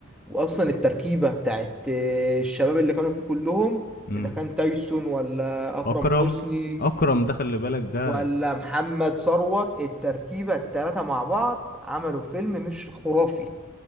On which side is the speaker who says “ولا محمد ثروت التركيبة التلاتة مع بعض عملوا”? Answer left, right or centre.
Centre